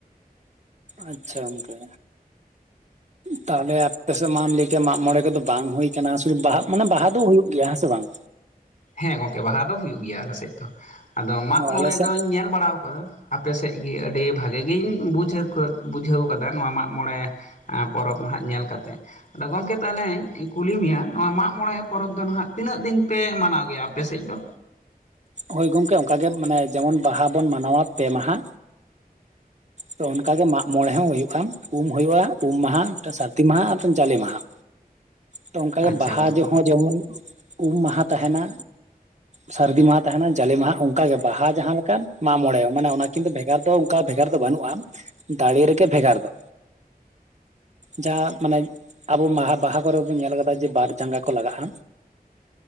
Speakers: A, on the right (about 50°); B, on the left (about 60°).
A: ᱟᱪᱪᱷᱟ ᱜᱚᱝᱠᱮ ᱛᱟᱦᱟᱞᱮ ᱟᱯᱮ ᱥᱮᱫ ᱢᱟᱢ ᱞᱟᱹᱭᱠᱮᱭᱟ ᱢᱟᱜ ᱢᱚᱲᱮ ᱠᱚᱫᱚ ᱵᱟᱝ ᱦᱩᱭ ᱠᱟᱱᱟ ᱥᱩᱫᱩ ᱵᱟᱦᱟᱜ ᱢᱟᱱᱮ ᱵᱟᱦᱟ ᱫᱚ ᱦᱩᱭᱩᱜ ᱜᱮᱭᱟ ᱦᱮᱸᱥᱮ ᱵᱟᱝ।
B: ᱦᱮᱸ ᱜᱚᱝᱠᱮ ᱵᱟᱦᱟ ᱫᱚ ᱦᱩᱭᱩᱜ ᱜᱮᱭᱟ ᱟᱞᱮ ᱥᱮᱫ ᱫᱚ ᱟᱫᱚ ᱢᱟᱜ
A: ᱚ
B: ᱢᱚᱬᱮ
A: ᱟᱞᱮ ᱥᱮᱫ
B: ᱫᱚᱧ ᱧᱮᱞ ᱵᱟᱲᱟᱣ ᱼᱼ ᱟᱠᱟᱫᱟ <inaudible> ᱟᱯᱮ ᱥᱮᱫ ᱜᱤ ᱟᱹᱰᱤ ᱵᱷᱟᱜᱮ ᱜᱤᱧ ᱵᱩᱡᱷᱟᱹᱠᱟᱹ ᱵᱩᱡᱷᱟᱹᱣ ᱠᱟᱫᱟ ᱱᱚᱣᱟ ᱢᱟᱜᱽᱢᱚᱬᱮ ᱟ ᱯᱚᱨᱚᱵᱽ ᱱᱟᱷᱟᱜ ᱧᱮᱞ ᱠᱟᱛᱮ ᱟᱫᱚ ᱜᱚᱝᱠᱮ ᱛᱟᱦᱞᱮᱧ ᱠᱩᱞᱤ ᱢᱮᱭᱟ ᱱᱚᱣᱟ ᱢᱟᱜᱽ ᱢᱚᱬᱮ ᱯᱚᱨᱚᱵᱽ ᱫᱚ ᱱᱷᱟᱜ ᱛᱤᱱᱟᱹᱜ ᱫᱤᱱ ᱯᱮ ᱢᱟᱱᱟᱣ ᱜᱮᱭᱟ ᱟᱯᱮ ᱥᱮᱡ ᱫᱚ?
A: ᱦᱳᱭ ᱜᱚᱝᱠᱮ ᱚᱱᱠᱟᱜ ᱜᱮ ᱢᱟᱱᱮ ᱡᱮᱢᱚᱱ ᱵᱟᱦᱟ ᱵᱚᱱ ᱢᱟᱱᱟᱣ-ᱟ ᱯᱮ ᱢᱟᱦᱟ। ᱛᱚ ᱚᱱᱠᱟᱜ ᱜᱮ ᱢᱟᱜ ᱢᱚᱬᱮ ᱦᱚᱸ ᱦᱩᱭᱩᱜᱼᱟ ᱩᱢ ᱦᱩᱭᱩᱜᱼᱟ ᱩᱢ ᱢᱟᱦᱟ ᱢᱤᱫᱴᱟᱝ <inaudible> ᱥᱟᱨᱫᱤ ᱢᱟᱦᱟ ᱟᱨ ᱢᱤᱫᱴᱟᱝ <inaudible> ᱡᱟᱞᱮ ᱢᱟᱦᱟ। ᱛᱚ ᱚᱱᱠᱟᱜᱮ
B: ᱟᱪᱪᱷᱟ
A: ᱵᱟᱦᱟ
B: ᱜᱚᱝᱠᱮ
A: ᱡᱮᱦᱚᱸ ᱡᱮᱢᱚᱱ ᱩᱢ ᱢᱟᱦᱟ ᱛᱟᱦᱮᱱᱟ᱾ ᱥᱟᱹᱨᱫᱤ ᱢᱟᱦᱟᱸ ᱛᱟᱦᱮᱱᱟ ᱡᱟᱞᱮ ᱢᱟᱦᱟᱸ ᱚᱱᱠᱟᱜᱮ ᱵᱟᱦᱟ ᱡᱟᱦᱟᱸ ᱞᱮᱠᱟᱱ ᱢᱟᱜ ᱢᱚᱬᱮ ᱢᱟᱱᱮ ᱚᱱᱟ ᱠᱤᱱᱛᱩ ᱵᱷᱮᱜᱟᱨ ᱫᱚ ᱚᱱᱠᱟ ᱵᱷᱮᱜᱟᱨ ᱼᱼ ᱫᱚ ᱵᱟᱹᱱᱩᱜᱼᱟ ᱫᱟᱲᱮ ᱨᱮᱜᱮ ᱵᱷᱮᱜᱟᱨ ᱫᱚ। ᱡᱟᱦᱟᱸ ᱢᱟᱱᱮ ᱟᱵᱚ ᱢᱟᱦᱟ ᱵᱟᱦᱟ ᱠᱚᱨᱮ ᱵᱚᱱ ᱧᱮᱞ ᱠᱟᱫᱟ ᱡᱮ ᱵᱟᱨ ᱡᱟᱸᱜᱟ ᱠᱚ ᱞᱟᱜᱟᱜᱼᱟ।